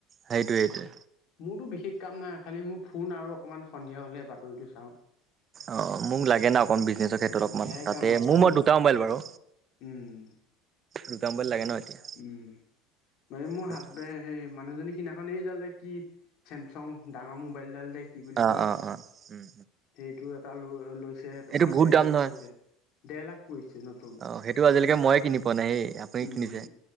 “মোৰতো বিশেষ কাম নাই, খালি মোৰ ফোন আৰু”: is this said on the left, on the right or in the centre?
Left